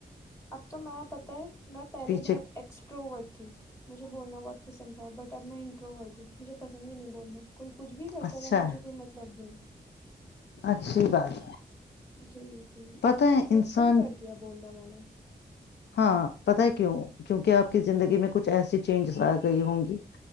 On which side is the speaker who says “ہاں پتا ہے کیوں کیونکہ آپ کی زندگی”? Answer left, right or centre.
Left